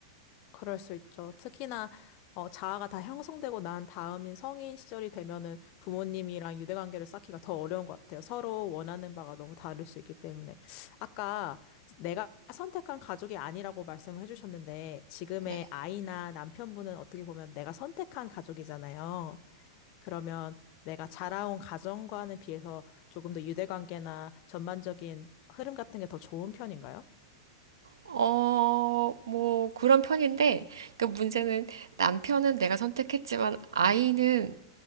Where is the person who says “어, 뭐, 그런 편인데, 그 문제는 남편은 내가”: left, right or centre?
Right